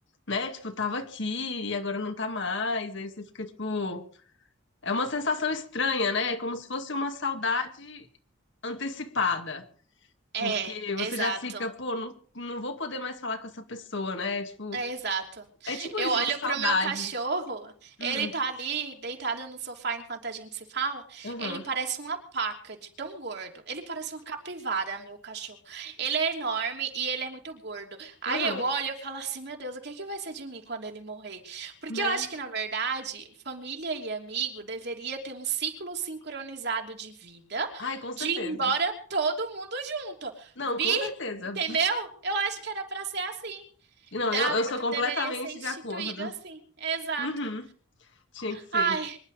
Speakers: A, on the left; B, on the right.
A: né? Tipo, tava aqui e agora não tá mais. Aí você fica, tipo, é uma sensação estranha, né? É como se fosse uma saudade antecipada.
B: É,
A: Porque você
B: exato.
A: já fica, pô, não, não vou poder mais falar com essa pessoa, né? Tipo,
B: É, exato.
A: é tipo
B: Eu
A: isso,
B: olho
A: uma saudade.
B: pro meu cachorro, ele
A: Hum,
B: tá ali deitado no sofá enquanto a gente se fala.
A: aham,
B: Ele parece uma paca de tão gordo. Ele parece uma capivara, meu cachorro. Ele é enorme e ele é muito gordo. Aí
A: aham,
B: eu olho e falo assim, meu Deus, o que é que vai ser de mim quando ele morrer? Porque
A: né?
B: eu acho que, na verdade, família e amigo deveria ter um ciclo sincronizado de vida,
A: Ai, com certeza.
B: de ir embora todo mundo junto.
A: Não,
B: Vi,
A: com certeza.
B: entendeu? Eu acho que era pra ser assim
A: Não,
B: dá,
A: eu, eu
B: pod-
A: sou completamente
B: deveria ser instituído
A: de acordo.
B: assim. Exato.
A: Uhum, tinha que ser.
B: Ai,